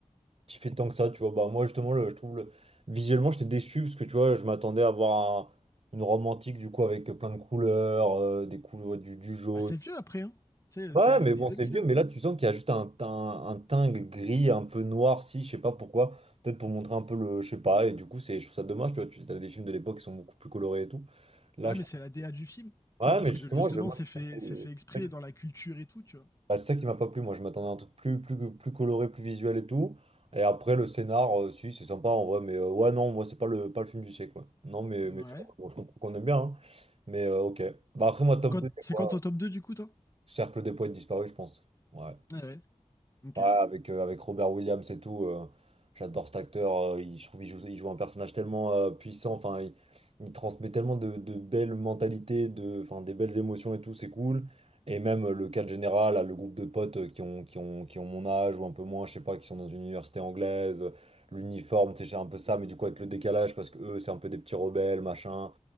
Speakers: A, on the right; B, on the left.
A: kiffé tant que ça, tu vois. Bah, moi, justement, le, je trouve le... visuellement, j'étais déçu parce que, tu vois, je m'attendais à voir un- une romantique, du coup, avec plein de couleurs, euh, des couleurs, du, du jaune.
B: Assez vieux après, hein. Tu sais,
A: Ouais,
B: c'est
A: ouais,
B: les
A: mais
B: années
A: bon,
B: 2000,
A: c'est vieux,
B: hein.
A: mais là, tu sens qu'il y a juste un teint, un teint gris, un peu noir, si je sais pas pourquoi, peut-être pour montrer un peu le, je sais pas, et du coup, c'est, je trouve ça dommage, tu vois, tu as des films de l'époque qui sont beaucoup plus colorés et tout. Là,
B: Ah,
A: je...
B: mais c'est la DA du film.
A: Ouais,
B: Tu sais, parce
A: mais justement,
B: que justement,
A: je- moi,
B: c'est
A: c'est
B: fait,
A: ça qui,
B: c'est
A: c'est
B: fait exprès
A: ça qui,
B: dans la culture et tout, tu vois.
A: bah, c'est ça qui m'a pas plu, moi, je m'attendais à un truc plus, plus, plus coloré, plus visuel et tout, et après, le scénar, euh, si, c'est sympa en vrai, mais euh, ouais, non, moi, c'est pas le, pas le film du siècle, quoi. Non, mais,
B: Ouais.
A: mais je bon, je comprends qu'on aime bien, hein. mais euh, ok. Bah, après, moi, top
B: C'est quoi,
A: 2, c'est
B: c'est
A: quoi?
B: quoi ton top 2 du coup, toi?
A: Cercle des poètes disparus, je pense. Ouais.
B: Ouais, ouais. Ok.
A: Ouais, avec, euh, avec Robert Williams et tout, euh, j'adore cet acteur. euh, il, je trouve qu'il joue, il joue un personnage tellement euh, puissant. Enfin, il, il transmet tellement de, de belles mentalités, de, enfin, des belles émotions et tout, c'est cool. Et même euh, le cadre général, là, le groupe de potes euh, qui ont, qui ont, qui ont mon âge ou un peu moins, je sais pas, qui sont dans une université anglaise, euh, l'uniforme, c'est un peu ça, mais du coup avec le décalage, parce que eux, c'est un peu des petits rebelles, machin.